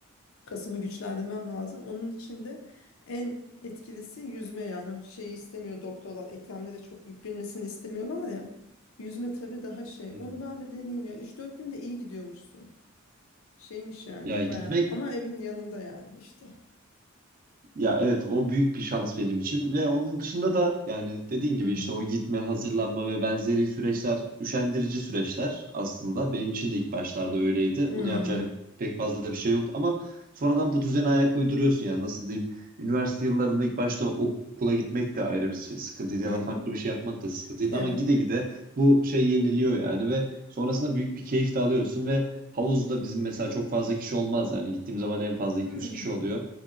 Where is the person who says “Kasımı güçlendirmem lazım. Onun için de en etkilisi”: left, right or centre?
Left